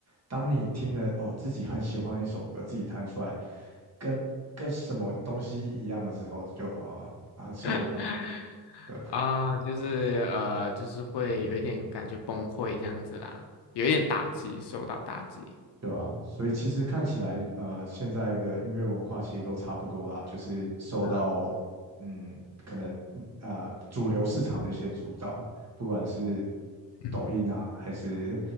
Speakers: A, on the right; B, on the left.
A: 当你听了哦自己很喜欢的一首歌，自己弹出来，跟跟什么东西一样的时候，就啊啊、受不了。
B: <laughs>
A: 对，
B: 啊、就是呃，就是会有一点感觉崩溃这样子啦，有一点打击，受到打击。
A: 对啊，所以其实看起来，呃，现在的音乐文化其实都差不多啦，就是受到，
B: 嗯
A: 嗯，可能啊、呃主流市场的一些主导，不管是
B: 嗯，
A: 抖音啊，还是